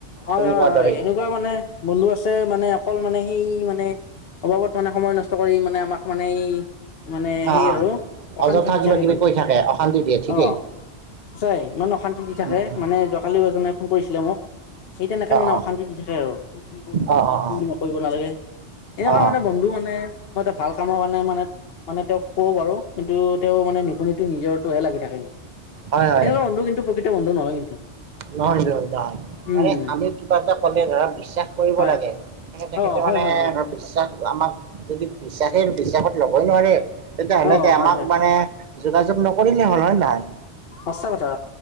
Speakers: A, on the left; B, on the right.
A: হয়-হয়-হয়
B: তুমি কোৱাৰ দৰেই
A: এনেকুৱা মানে বন্ধু আছে, মানে অকল মানে সেই মানে মানে অবাবত মানে সময় নষ্ট কৰি মানে আমাক মানে এই, মানে
B: অ
A: সেই
B: অ
A: আৰু অশান্তি
B: অযথা
A: দি
B: কিবা
A: থাকে
B: কিবি
A: কিন্তু।
B: কৈ থাকে অশান্তি দিয়ে ঠিকেই
A: অ' সচাই ইমান অশান্তি দি থাকে
B: উম উম
A: মানে যোৱাকালি এজনাই ফোন কৰিছিলে মোক, সেই তেনেকে
B: অ
A: মানে
B: অ
A: অশান্তি দি থাকে আৰু কি, কি কৰিব
B: অ অ
A: লাগে, কি
B: অ
A: নকৰিব নালাগেই। এনেকুৱা
B: অ
A: মানে বন্ধু মানে মই এটা ভাল কামৰ কাৰণে মানে মানে তেওঁক কও বাৰু কিন্তু তেওঁ মানে নুশুনে নিজৰটোহে লাগি থাকেই।
B: হয় হয়
A: সেনেকুৱা বন্ধু কিন্তু প্ৰকৃত বন্ধু নহয় কিন্তু
B: নহয় ব নহয়,
A: উম
B: মানে আমি কিবা এটা ক'লে ধৰা। বিশ্বাস কৰিব
A: হয়
B: লাগে তে তেখেতে
A: অ
B: মানে
A: হয় হয় হয়
B: ধৰ বিশ্বাস আমাক যদি বিশ্বাসে বিশ্বাসত ল'বই নোৱাৰে তেতিয়াহ'লে
A: অ হয়
B: আমাক
A: হয়
B: মানে যোগাযোগ নকৰিলেই হ'ল হয়নে নহয়।
A: সঁচা কথা।